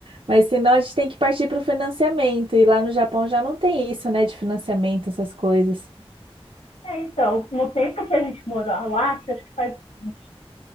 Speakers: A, on the right (about 60°); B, on the left (about 80°).
A: Mas senão a gente tem que partir para o financiamento. E lá no Japão já não tem isso, né? De financiamento, essas coisas.
B: É, então, no tempo que a gente morou lá, que acho que faz uns